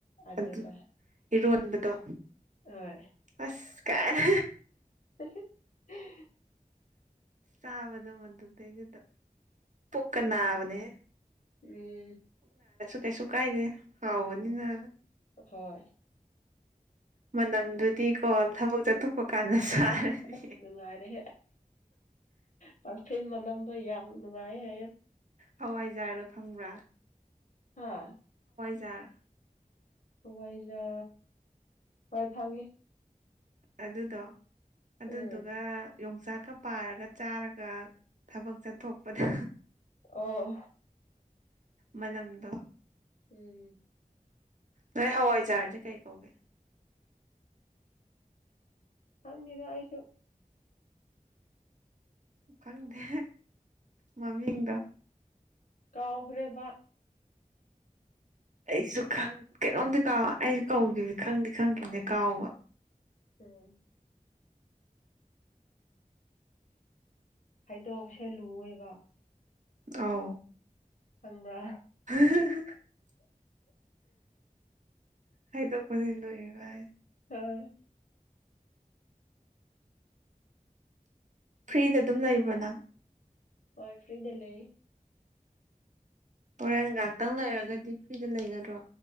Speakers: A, on the left; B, on the right.
A: ꯑꯗꯨꯗ
B: ꯑꯗꯨ ꯏꯔꯣꯟꯕꯗꯣ
A: ꯍꯣꯏ
B: ꯑꯁ <unintelligible>
A: <inaudible>
B: ꯆꯥꯕꯗ ꯃꯗꯨꯗꯩꯗꯨꯗ ꯄꯨꯛꯀ ꯅꯥꯕꯅꯦ
A: ꯎꯝ
B: ꯇꯁꯨ ꯀꯥꯏꯗꯦ ꯍꯥꯎꯅꯤꯅꯅ
A: ꯍꯣꯏ
B: ꯃꯅꯝꯗꯨꯗꯤꯀꯣ ꯊꯕꯛ ꯆꯠꯊꯣꯛꯄ ꯀꯥꯟꯗ ꯆꯥꯔꯗꯤ
A: ꯑꯁ ꯅꯨꯡꯉꯥꯏꯔꯦ ꯄꯔꯐꯤꯟ ꯃꯅꯝꯗꯣ ꯌꯥꯝ ꯅꯨꯡꯉꯥꯏ ꯍꯥꯏ ꯌꯥ
B: ꯍꯋꯥꯏꯖꯥꯔꯗꯣ ꯐꯪꯕ꯭ꯔꯥ
A: ꯍꯥꯥ
B: ꯆꯔ
A: ꯍꯋꯥꯏꯖꯥꯔ ꯈꯔ ꯊꯥꯡꯉꯤ
B: ꯑꯗꯨꯗꯣ ꯑꯗꯨꯗꯨꯒ
A: ꯎꯝ
B: ꯌꯣꯡꯆꯥꯛꯀ ꯄꯥꯔꯒ ꯆꯥꯔꯒ ꯊꯕꯛ ꯆꯠꯊꯣꯛꯄꯗ
A: ꯑꯣ
B: ꯃꯅꯝꯗ
A: ꯎꯝ
B: ꯅꯣꯏ ꯍꯋꯥꯏꯖꯥꯔꯗꯤ ꯀꯩ ꯀꯧꯒꯦ
A: ꯍꯪꯅꯤꯗ ꯍꯥꯏꯥꯏꯁꯨ
B: ꯈꯪꯗꯦ ꯃꯃꯤꯡꯗꯣ
A: ꯀꯥꯎꯈ꯭ꯔꯦꯕ
B: ꯑꯩꯁꯨ ꯀꯩꯅꯣꯝꯗꯤ ꯀꯥꯎ ꯑꯩꯁꯨ ꯀꯧꯈꯤꯕ ꯈꯪꯗꯤ ꯈꯪꯈꯤꯕꯅꯦ ꯀꯥꯎꯕ
A: ꯎꯝ ꯍꯥꯏꯗꯣꯛꯄꯁꯦ ꯂꯨꯑꯦꯕ
B: ꯑꯥꯎ
A: ꯈꯪꯕ꯭ꯔꯥ
B: <inaudible> ꯑꯩꯗ ꯀꯣꯏ ꯂꯣꯏꯚꯥꯏ
A: ꯎꯝ
B: ꯐ꯭ꯔꯤꯗ ꯑꯗꯨꯝ ꯂꯩꯕ꯭ꯔꯅ
A: ꯍꯣꯏ ꯐ꯭ꯔꯤꯗ ꯂꯩ
B: ꯍꯣꯔꯦꯟ ꯉꯥꯛꯇꯪ ꯂꯩꯔꯒꯗꯤ ꯐ꯭ꯔꯤꯗ ꯂꯩꯒꯗ꯭ꯔꯣ